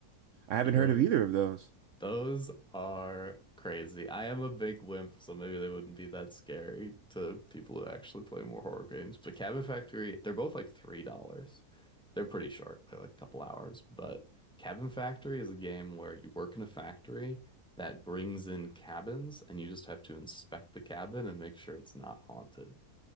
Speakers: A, on the right; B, in the centre.
A: I haven't
B: You heard
A: heard
B: of
A: of
B: this?
A: either of those.
B: Those are crazy. I am a big wimp, so maybe they wouldn't be that scary to people who actually play more horror games. But Cabin Factory, they're both like $3. They're pretty short. They're like a couple hours. But Cabin Factory is a game where you work in a factory that brings in cabins and you just have to inspect the cabin and make sure it's not haunted.